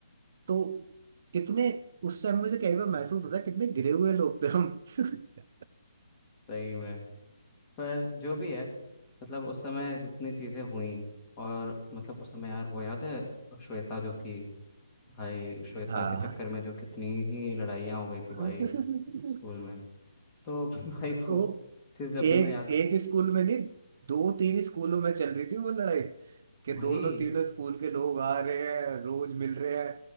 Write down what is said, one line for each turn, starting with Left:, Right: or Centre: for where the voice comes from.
Right: तो कितने उस टाइम मुझे कई बार महसूस होता है कितने गिरे हुए लोग थे हम <laughs>
Left: सही में पर जो भी है मतलब उस समय जितनी चीज़ें हुई और मतलब उस समय यार वो याद है श्वेता जो थी भाई श्वेता
Right: हाँ
Left: के चक्कर में जो कितनी ही लड़ाइयाँ हो गई थी
Right: <laughs>
Left: भाई स्कूल में तो <laughs> भाई
Right: वो
Left: वो चीज़ जब
Right: एक
Left: भी मैं याद
Right: एक स्कूल में नहीं दो तीन स्कूलों में चल रही थी वो लड़ाई कि
Left: वही
Right: दोनों तीनों स्कूल के लोग आ रहे हैं रोज मिल रहे हैं